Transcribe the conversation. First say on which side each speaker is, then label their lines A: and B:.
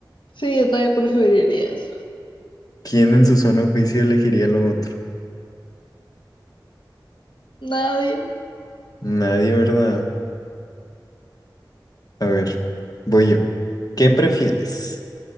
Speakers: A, on the left (about 75°); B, on the left (about 50°).
A: Sí, yo también preferiría eso.
B: ¿Quién en su sano juicio elegiría lo otro?
A: Nadie.
B: Nadie, ¿verdad? A ver, voy yo. ¿Qué prefieres?